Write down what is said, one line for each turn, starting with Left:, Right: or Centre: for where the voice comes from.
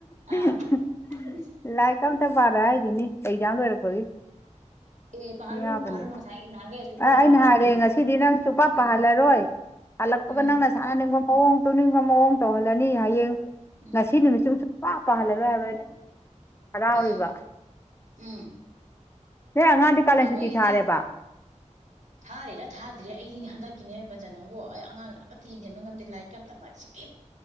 Left: ꯍꯦ
Right: ꯑꯥ
Left: ꯍꯦ
Right: ꯏꯁ
Left: ꯂꯥꯏꯔꯤꯛꯀ ꯑꯃꯇ ꯄꯥꯔꯣꯏ ꯍꯥꯏꯁꯤꯅꯤ ꯑꯦꯛꯖꯥꯝ ꯂꯣꯏꯔꯛꯄꯒꯤ
Right: ꯑꯦ ꯄꯥꯍꯜꯂꯨꯔꯅꯣ
Left: ꯌꯥꯕꯅꯦ
Right: ꯄꯥꯍꯜꯂꯨꯔꯅꯣ ꯉꯁꯥꯏꯒꯩ ꯅꯍꯥꯟꯒꯩ ꯑꯁꯨꯛ ꯀꯨꯏꯅ
Left: ꯑ ꯑꯩꯅ
Right: ꯄꯥꯔꯛꯑꯕꯁꯤꯕꯨ
Left: ꯍꯥꯏꯔꯦ ꯉꯁꯤꯗꯤ ꯅꯪ ꯁꯨ ꯄꯥ
Right: ꯎꯝ
Left: ꯄꯥꯍꯜꯂꯔꯣꯏ ꯍꯜꯂꯛꯄꯒ
Right: ꯎꯝ
Left: ꯅꯪꯅ ꯁꯥꯅꯅꯤꯡꯕ ꯃꯋꯣꯡ ꯃꯑꯣꯡ ꯇꯧꯅꯤꯡꯕ ꯃꯑꯣꯡ ꯇꯧꯍꯜꯂꯅꯤ ꯍꯌꯦꯡ
Right: ꯎꯝ
Left: ꯉꯁꯤ ꯅꯨꯃꯤꯠ ꯆꯨ ꯄꯥ ꯄꯍꯜ ꯂꯔꯣꯏ ꯍꯥꯏꯕ ꯑꯩꯅ ꯍꯔꯥꯎꯔꯤꯕ
Right: ꯎꯝ ꯎꯝ
Left: ꯅꯣꯏ ꯑꯉꯥꯡꯗꯤ ꯀꯥꯂꯦꯟ
Right: ꯑꯩꯈꯣꯏꯒꯤꯗꯤ
Left: ꯁꯨꯇꯤ ꯊꯥꯔꯦꯕ
Right: ꯊꯥꯔꯤꯔꯥ ꯊꯥꯗ꯭ꯔꯦ ꯑꯩꯗꯤꯅꯦ ꯍꯟꯗꯛꯀꯤꯅꯦ ꯕꯟꯆ ꯅꯪꯕꯨ ꯑꯩ ꯑꯉꯥꯡ ꯑꯃꯠꯇ ꯌꯦꯡꯁꯤꯟꯕ ꯉꯝꯗꯦ ꯂꯥꯏꯔꯤꯛꯀ ꯑꯝꯇ ꯃ ꯁꯤꯀꯤ